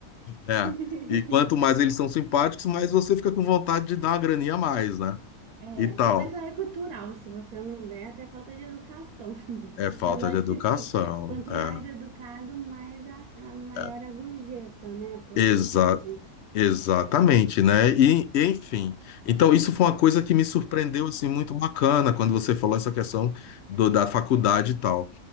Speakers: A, on the left; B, on the right.
A: É.
B: <laughs>
A: E quanto mais eles são simpáticos, mais você fica com vontade de dar uma graninha a mais, né?
B: É,
A: E tal.
B: mas lá é cultural, se você não der, até falta de educação. <laughs>
A: É falta
B: Mas lógico
A: de educação.
B: que quanto
A: É.
B: mais educado, mais a, a maior
A: é.
B: a gorjeta, né? A porcentagem.
A: Exa exatamente, né? E, enfim. Então, isso foi uma coisa que me surpreendeu, assim, muito bacana quando você falou essa questão do- da faculdade e tal.